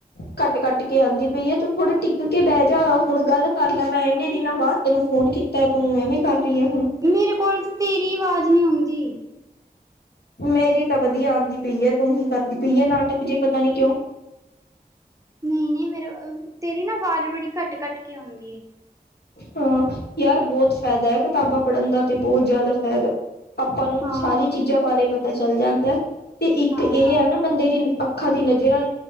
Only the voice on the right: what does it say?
ਮੇਰੇ ਕੋਲ ਤੇ ਤੇਰੀ ਵਾਜ ਨੀ ਔਂਦੀ
ਨਈ ਨਈ ਮੇਰੇ ਤੇਰੀ ਨਾ ਵਾਜ ਬੜੀ ਕੱਟ-ਕੱਟ ਕੇ ਔਂਦੀ ਏ।
ਹਾਂ
ਹਾਂ